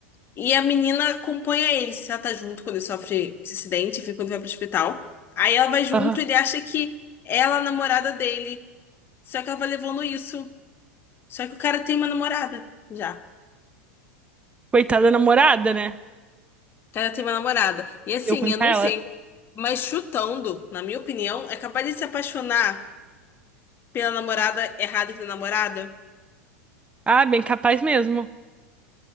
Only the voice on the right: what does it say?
Aham.
Coitada da namorada, né?
Eu com
ela.
Ah, bem capaz mesmo.